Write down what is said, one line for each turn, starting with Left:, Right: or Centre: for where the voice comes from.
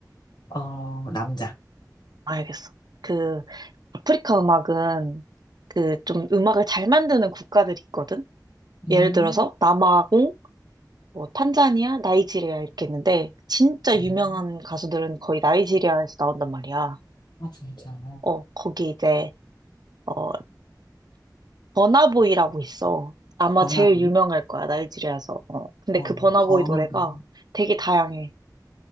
Left: 어, 남자.
Right: 알겠어. 그, 아프리카 음악은 그 좀 음악을 잘 만드는 국가들이 있거든?
Left: 음,
Right: 예를 들어서 남아공, 뭐 탄자니아, 나이지리아 이렇게 있는데 진짜
Left: 음.
Right: 유명한 가수들은 거의 나이지리아에서 나온단 말이야.
Left: 아, 진짜.
Right: 어, 거기 이제 어 버나보이라고 있어. 아마
Left: 버나보이?
Right: 제일 유명할 거야, 나이지리아에서. 어. 근데
Left: 어,
Right: 그 버나보이
Left: 버나보이.
Right: 노래가 되게 다양해.